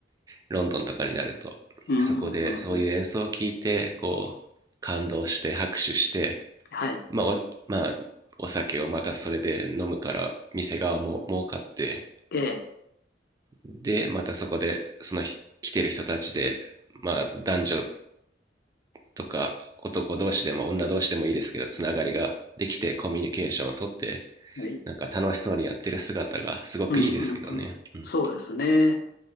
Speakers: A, on the right; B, on the left.
A: ロンドンとかになると、
B: うんうんうんうん。
A: そこでそういう演奏を聞いて、こう、感動して拍手して、
B: はい。
A: まあ、お、まあ、お酒をまたそれで飲むから、店側も儲かって、
B: ええ。
A: で、またそこで、その日来てる人たちで、まあ、男女とか男同士でも女同士でもいいですけど、つながりができてコミュニケーションをとって、
B: はい。
A: なんか楽しそうにやってる姿がすごくいいですけどね。
B: うんうんうん。
A: うん。
B: そうですね。